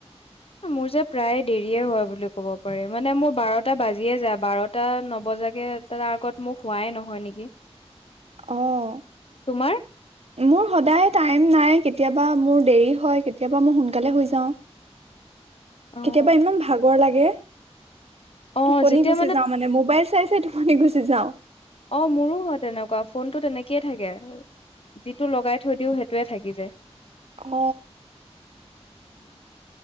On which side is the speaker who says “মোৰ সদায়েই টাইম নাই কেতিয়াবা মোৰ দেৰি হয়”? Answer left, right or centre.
Right